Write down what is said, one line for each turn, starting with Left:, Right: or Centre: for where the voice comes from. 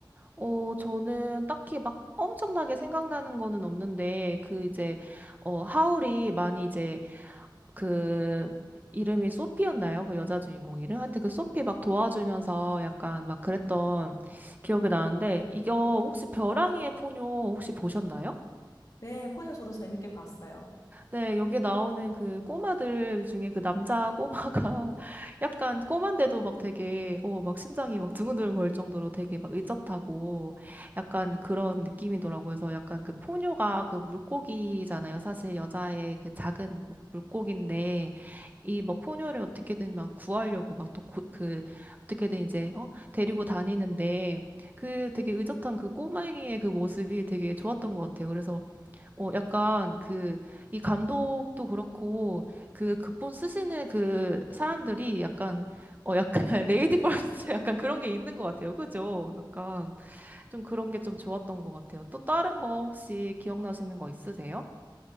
Right: 어, 저는 딱히 막 엄청나게 생각나는 거는 없는데 그 이제 어 하울이 많이 이제 그 이름이 소피였나요? 그 여자 주인공 이름? 하여튼 그 소피 막 도와주면서 약간 막 그랬던 기억이 나는데 이거 혹시 벼랑이의 포뇨 혹시 보셨나요?
Left: 네, 포니어 저도 재밌게 봤어요.
Right: 네, 여기에 나오는 그 꼬마들 중에 그 남자 꼬마가 <laughs> 약간 꼬만데도 막 되게, 어, 막 심장이 막 두근두근 걸 정도로 되게 막 의젓하고 약간 그런 느낌이더라고요. 그래서 약간 그 포뇨가 그 물고기잖아요. 사실 여자의 그 작은 뭐 물고기인데 이 막 포뇨를 어떻게든 막 구하려고 막 또 그 어떻게든 이제, 어, 데리고 다니는데 그 되게 의젓한 그 꼬맹이의 그 모습이 되게 좋았던 것 같아요. 그래서 어, 약간 그, 이 감독도 그렇고, 그 극본 쓰시는 그 사람들이 약간, 어, 약간 <laughs> 레이디 퍼스트 약간 그런 게 있는 것 같아요. 그죠? 약간 좀 그런 게 좀 좋았던 것 같아요. 또 다른 거 혹시 기억나시는 거 있으세요?